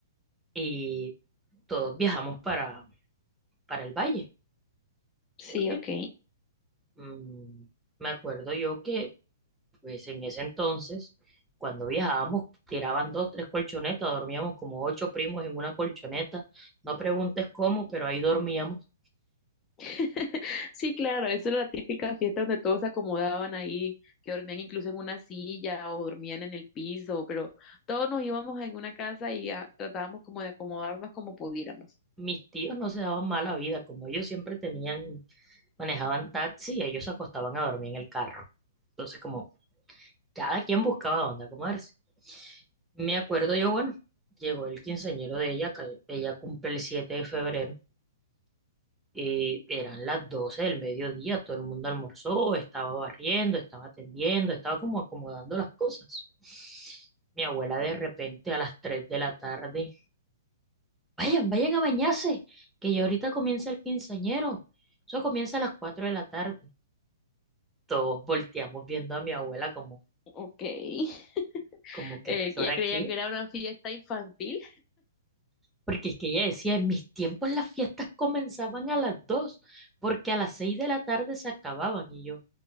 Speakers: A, in the centre; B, on the left.
A: y todos viajamos para, para el valle.
B: Sí,
A: Porque
B: ok.
A: mm, me acuerdo yo que pues en ese entonces, cuando viajábamos, tiraban dos, tres colchonetas, dormíamos como ocho primos en una colchoneta. No preguntes cómo, pero ahí dormíamos.
B: <laughs> Sí, claro, eso era la típica fiesta donde todos se acomodaban ahí, que dormían incluso en una silla o dormían en el piso, pero todos nos íbamos en una casa y ah, tratábamos como de acomodarnos como pudiéramos.
A: Mis tíos no se daban mala vida, como ellos siempre tenían, manejaban taxi, ellos se acostaban a dormir en el carro. Entonces, como Cada quien buscaba dónde acomodarse. Me acuerdo yo, bueno, llegó el quinceañero de ella, que ella cumple el 7 de febrero, y eran las 12 del mediodía, todo el mundo almorzó, estaba barriendo, estaba atendiendo, estaba como acomodando las cosas. Mi abuela de repente a las 3 de la tarde, vayan, vayan a bañarse, que ya ahorita comienza el quinceañero. Eso comienza a las 4 de la tarde. Todos volteamos viendo a mi abuela como,
B: Ok. <laughs>
A: como que,
B: Eh,
A: ¿a ¿qué hora
B: ya creía
A: qué?
B: que era una fiesta infantil.
A: Porque es que ella decía, en mis tiempos las fiestas comenzaban a las 2 porque a las 6 de la tarde se acababan. Y yo,